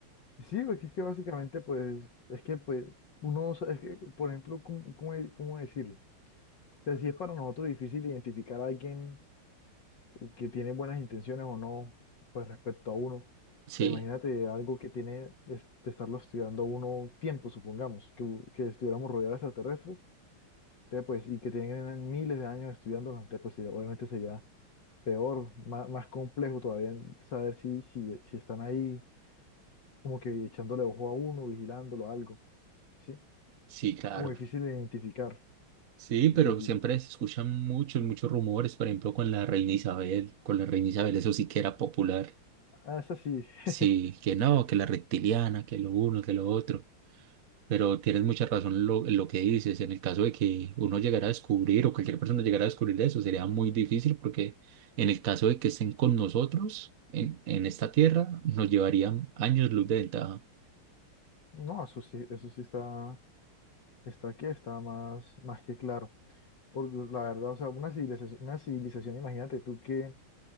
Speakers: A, on the left; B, on the right.
A: Sí, porque es que básicamente, pues, es que, pues, uno, no sabe- es que, por ejemplo, ¿cómo, cómo, de- cómo decirlo? O sea, si es para nosotros difícil identificar a alguien que tiene buenas intenciones o no, pues respecto a uno. O
B: sí,
A: sea, imagínate algo que tiene de, de estarlo estudiando uno tiempo, supongamos, que, u- que estuviéramos rodeados de extraterrestres, entonces, pues, y que tienen miles de años estudiándonos, entonces, pues, sería- obviamente sería peor, más, más complejo todavía saber si, si, si están ahí como que echándole ojo a uno, vigilándolo, algo, ¿sí?
B: sí, claro.
A: Como difícil de identificar,
B: Sí,
A: difícil.
B: pero siempre se escuchan muchos, muchos rumores, por ejemplo, con la reina Isabel, con la reina Isabel, eso sí que era popular.
A: Ah, eso sí,
B: Sí,
A: <laughs>
B: que no, que la reptiliana, que lo uno, que lo otro. Pero tienes mucha razón en lo, en lo que dices. En el caso de que uno llegara a descubrir o cualquier persona llegara a descubrir eso, sería muy difícil porque en el caso de que estén con nosotros en, en esta tierra, nos llevarían años luz de ventaja.
A: no, eso sí, eso sí está, está aquí, está más, más que claro. Porque pues, la verdad, o sea, una civilización, una civilización, imagínate tú que,